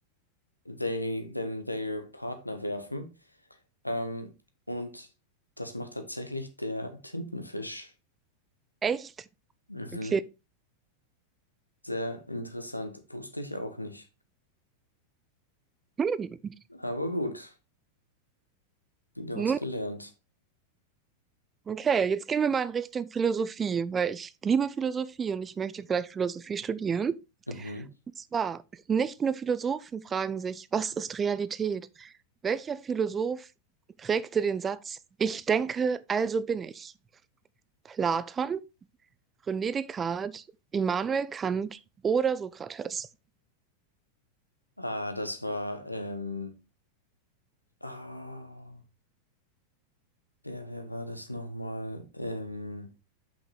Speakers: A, on the left; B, on the right.
A: they, them, their Partner werfen. Ähm, und das macht tatsächlich der Tintenfisch.
B: Echt?
A: Mhm.
B: Okay.
A: Sehr interessant. Wusste ich auch nicht.
B: Hm.
A: Aber gut, wieder
B: Nun,
A: was gelernt.
B: okay, jetzt gehen wir mal in Richtung Philosophie, weil ich liebe Philosophie und ich möchte vielleicht Philosophie studieren.
A: Mhm.
B: Und zwar, nicht nur Philosophen fragen sich, was ist Realität? Welcher Philosoph prägte den Satz, ich denke, also bin ich? Platon, René Descartes, Immanuel Kant oder Sokrates?
A: Ah, das war, ähm, ah, wer, wer war das nochmal? Ähm,